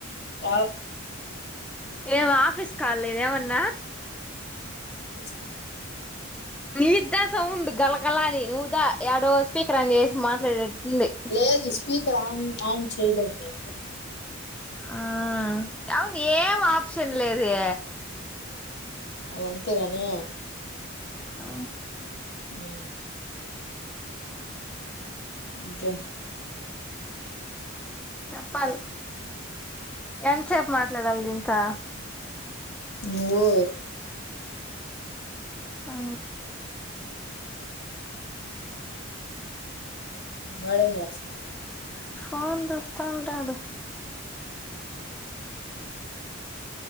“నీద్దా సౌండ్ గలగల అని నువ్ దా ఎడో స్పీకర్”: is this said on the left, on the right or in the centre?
Centre